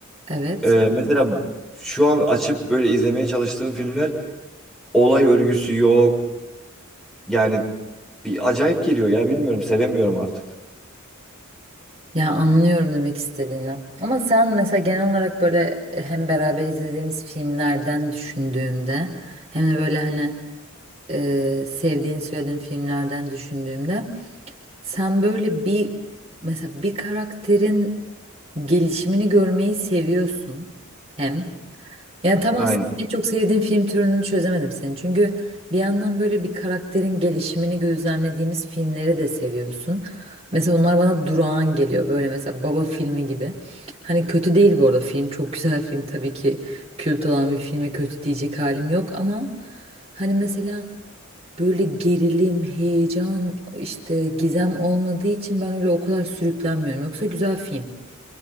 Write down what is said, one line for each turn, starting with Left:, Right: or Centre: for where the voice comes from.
Right: evet.
Centre: e, mesela şu an açıp böyle izlemeye çalıştığım filmler olay örgüsü yok. Yani bir acayip geliyor ya bilmiyorum sevemiyorum artık.
Right: Ya anlıyorum demek istediğini. Ama sen mesela genel olarak böyle e, hem beraber izlediğimiz filmlerden düşündüğümde hem de böyle hani e, sevdiğini söylediğin filmlerden düşündüğümde sen böyle bir mesela bir karakterin gelişimini görmeyi seviyorsun hem. Yani tam aslında
Centre: Aynen.
Right: en çok sevdiğim film türünü çözemedim senin. Çünkü bir yandan böyle bir karakterin gelişimini gözlemlediğimiz filmleri de seviyorsun. Mesela onlar bana durağan geliyor. Böyle mesela Baba filmi gibi. Hani kötü değil bu arada film. Çok güzel film tabii ki. Kült olan bir filme kötü diyecek halim yok ama hani mesela böyle gerilim, heyecan, işte gizem olmadığı için ben öyle o kadar sürüklenmiyorum. Yoksa güzel film.